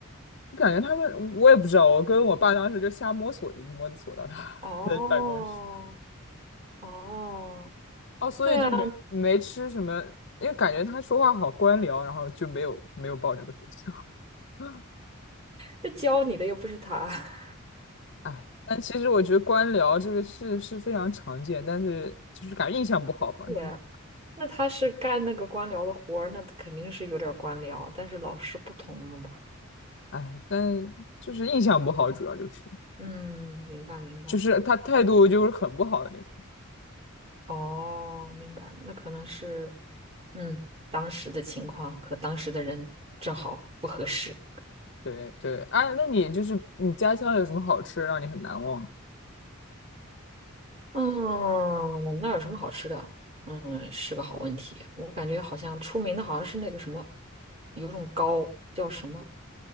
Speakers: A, on the left; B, on the right.
A: <laughs> 感觉他们我也不知道，我跟我爸当时就瞎摸索，就摸索到他的
B: 哦，
A: <laughs> 办公室。
B: 哦，
A: 哦，所以就没没吃什么，
B: 对啊，
A: 因为感觉他说话好官僚，然后就没有没有报这个学校。<laughs>
B: 那教你的又不是他。<laughs>
A: 哎，但其实我觉得官僚这个事是非常常见，但是就是感觉印象不好嘛，
B: 对啊，
A: 就
B: 那他是干那个官僚的活儿，那肯定是有点儿官僚，但是老师不同了嘛。
A: 哎，但就是印象不好，主要就是
B: 嗯，明白明白。
A: 就是他态度就是很不好的那种。
B: 哦，明白了，那可能是，嗯，当时的情况和当时的人正好不合适。
A: 对对，哎，那你就是你家乡有什么好吃让你很难忘
B: 嗯，那有什么好吃的？嗯，是个好问题。我感觉好像出名的好像是那个什么，有种糕叫什么